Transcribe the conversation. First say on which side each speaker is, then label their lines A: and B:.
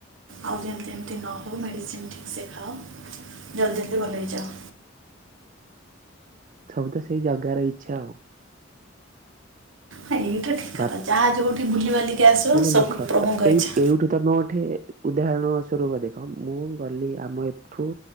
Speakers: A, on the right (about 70°); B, on the right (about 40°).
A: ଆଉ ଯେମିତି ଏମିତି ନ ହେଉ ମେଡ଼ିସିନ ଠିକ ସେ ଖାଅ ଜଲଦି ଜଲଦି ଭଲ ହେଇଯାଅ।
B: ସବୁ ତ ସେଇ ଜଗାର ଇଚ୍ଛା ଆଉ।
A: ହଁ ଏଇଟା ଠିକ୍ କଥା
B: ବା
A: ଯାହା ଯୋଉଠି ବୁଲିବାଲିକି ଆସିବ
B: ମାନେ
A: ସବୁ
B: ଦେଖ
A: ପ୍ରଭୁଙ୍କ
B: ଏଇ
A: ଇଚ୍ଛା
B: ଏଇଠୁ ତମ ଗୋଟେ ଉଦାହରଣ ସ୍ୱରୂପ ଦେଖ, ମୁଁ ଗଲି ଆମ ଏ ଠୁ